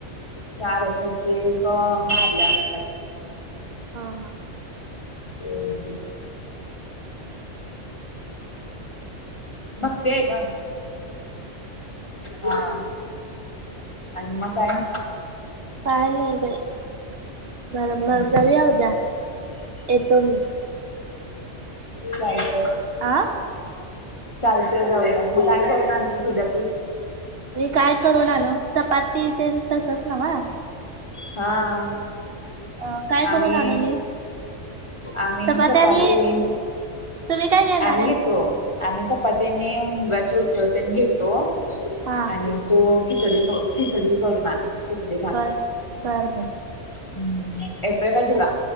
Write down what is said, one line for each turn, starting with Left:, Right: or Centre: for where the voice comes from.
Left: चार हाईत त्यातली एक वारल्या. आमच्यात.
Right: हा, हा.
Left: हम्म. भक्ती हाय ग. हा. आणि मग काय?
Right: काय नाही बाई. बर‌ मग
Left: हा
Right: जाऊया उद्या येतो मी.
Left: चालतंय.
Right: आ?
Left: चालतय जाऊया मग काय करून आणते सुध्या तू
Right: मी काय करू नान चपाती ते तसच नवा
Left: हा.
Right: अ काय
Left: आम्ही
Right: करून आणू मी
Left: आम्ही
Right: चपात्या
Left: चपाती
Right: आणि तुम्ही काय घेणार
Left: आम्ही घेतो
Right: आहे
Left: आम्ही त्या पत्याने मुगाची उसळ त्यांनी घेतो
Right: हा
Left: आणि तो खिचडी खिचडी करून खिचडी भात
Right: बर बर बर
Left: हम्म एप काटला.